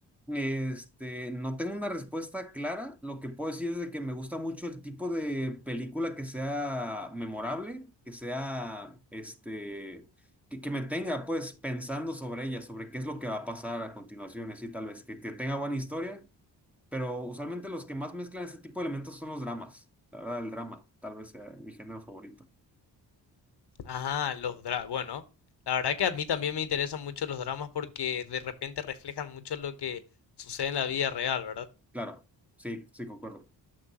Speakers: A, in the centre; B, on the left.
A: Este, no tengo una respuesta clara. Lo que puedo decir es de que me gusta mucho el tipo de película que sea memorable, que sea, este, que, que me tenga pues pensando sobre ella, sobre qué es lo que va a pasar a continuación, así tal vez, que, que tenga buena historia, pero usualmente los que más mezclan ese tipo de elementos son los dramas. La verdad, el drama tal vez sea mi género favorito.
B: Ajá, los dramas. Bueno, la verdad que a mí también me interesan mucho los dramas porque de repente reflejan mucho lo que sucede en la vida real, ¿verdad?
A: Claro, sí, sí, concuerdo.